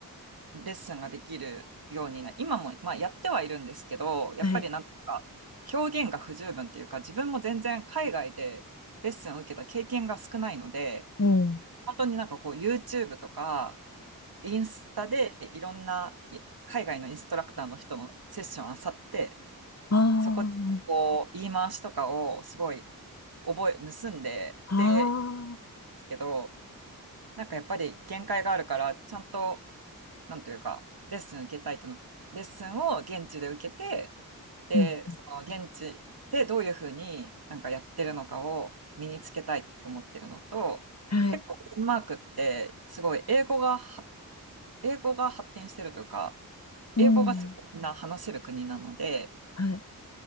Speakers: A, on the right; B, on the left.
A: レッスンができるようにな、今も、まあ、やってはいるんですけど、やっぱりなんとか表現が不十分というか、
B: はい。
A: 自分も全然海外でレッスンを受けた経験が少ないので、
B: うん。
A: 本当になんかこう YouTube とかインスタでいろんない海外のインストラクターの人のセッションあさって、
B: ああ、
A: そこでこう言い回しとかをすごい
B: なる
A: 覚え、盗んで、
B: あ
A: で、
B: あ、
A: ですけど、なんかやっぱり限界があるから、ちゃんと、なんというか、レッスン受けたいとの、レッスンを現地で受けて、で、
B: うん。
A: その現地でどういうふうになんかやってるのかを身につけたいって思ってるのと、
B: はい。
A: 結構デンマークってすごい英語がは、英語が発展してるというか、
B: うん。
A: 英語がすごいみんな話せる国なので、
B: はい。